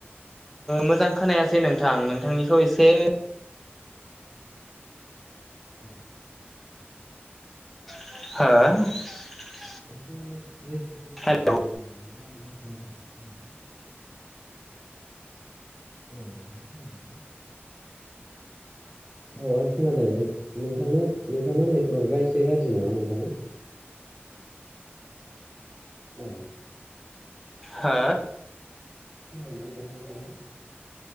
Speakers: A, in the centre; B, on the right.
A: मोजां खोनायासै नोंथां नोंथांनिखौ एसे
B: औ
A: हो
B: एसे ने नेटवर्क मोजाङाव
A: हेलौ
B: थांलाय नोंथां <unintelligible> <unintelligible> औ आं खोनादोंमोन नोंथांनि नोंथांनि नेटवार्कआ एसे गाज्रि नामा नोंथां? औ
A: हो
B: खोनाबायना नोंथाङा दायो?